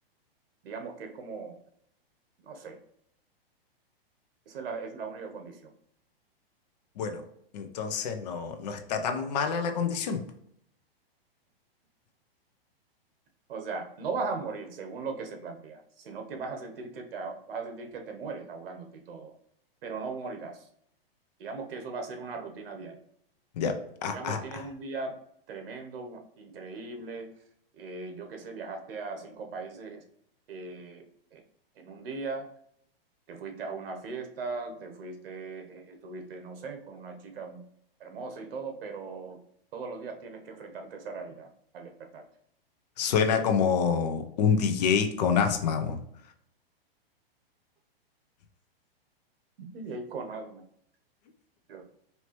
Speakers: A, on the right (about 65°); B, on the left (about 45°).
A: Digamos que es como, no sé, esa es la, es la única condición.
B: bueno, entonces no, no está tan mala la condición.
A: O sea, no vas a morir según lo que se plantea, sino que vas a sentir que te, vas a sentir que te mueres ahogándote y todo, pero no morirás. Digamos que eso va a ser una rutina diaria.
B: Ya, ah,
A: digamos,
B: ah,
A: tienes
B: ah.
A: un día tremendo, increíble, eh, yo qué sé, viajaste a cinco países eh, eh, en un día, te fuiste a una fiesta, te fuiste, eh, estuviste, no sé, con una chica hermosa y todo, pero todos los días tienes que enfrentarte a esa realidad al despertarte.
B: Suena como un DJ con asma, weón. <laughs>
A: Y ahí con alma. Yo,